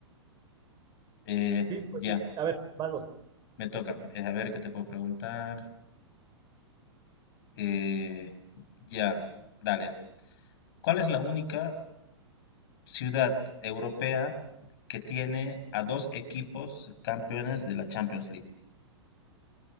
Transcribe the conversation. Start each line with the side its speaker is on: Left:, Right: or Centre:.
Left: Eh,
Right: Sí, pues
Left: ya,
Right: sí. A ver, vamos.
Left: me toca. Eh, a ver qué te puedo preguntar. Eh, ya, dale esto. ¿Cuál es la única ciudad europea que tiene a dos equipos campeones de la Champions League?